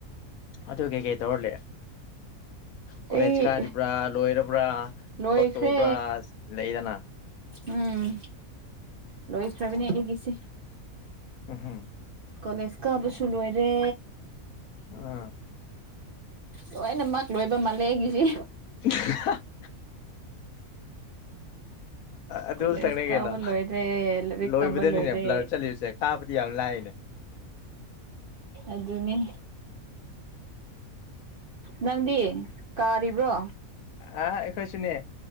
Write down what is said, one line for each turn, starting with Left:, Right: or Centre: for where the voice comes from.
Left: ꯑꯗꯨ ꯀꯩ ꯀꯩ ꯇꯧꯔꯂꯦ ꯀꯣꯂꯦꯖ
Right: ꯑꯩ
Left: ꯀꯥꯔꯤꯕ꯭ꯔꯥ ꯂꯣꯏꯔꯕ꯭ꯔꯥ
Right: ꯂꯣꯏꯈ꯭ꯔꯦ
Left: ꯊꯕꯛ ꯇꯧꯕ꯭ꯔꯥ ꯂꯩꯗꯅ
Right: ꯎꯝ ꯂꯣꯏꯈ꯭ꯔꯕꯅꯦ ꯑꯩꯗꯤꯒꯤꯁꯦ
Left: ꯎꯝ ꯍꯝ
Right: ꯀꯣꯂꯦꯖ ꯀꯥꯕꯁꯨ ꯂꯣꯏꯔꯦ
Left: ꯑꯥ
Right: ꯂꯣꯏꯅꯃꯛ ꯂꯣꯏꯕ ꯃꯥꯜꯂꯦꯒꯤꯁꯤ
Left: <unintelligible> ꯑꯗꯨ
Right: ꯀꯣꯂꯦꯖ
Left: ꯇꯪꯅ‌ꯦ
Right: ꯀꯥꯕ
Left: ꯀꯩꯅꯣ
Right: ꯂꯣꯏꯔꯦ ꯂꯥꯏꯔꯤꯛ
Left: ꯂꯣꯏꯕꯗꯅꯤꯅꯦ
Right: ꯇꯝꯕ ꯂꯣꯏꯔꯦ
Left: ꯕ꯭ꯂꯔ ꯆꯠꯂꯤꯕꯁꯦ ꯀꯥꯕꯗꯤ ꯌꯥꯝ ꯂꯥꯏꯅꯦ ꯫
Right: ꯑꯗꯨꯅꯦ ꯅꯪꯗꯤ ꯀꯥꯔꯤꯕ꯭ꯔꯣ?
Left: ꯑ ꯑꯩꯈꯣꯏꯁꯨꯅꯦ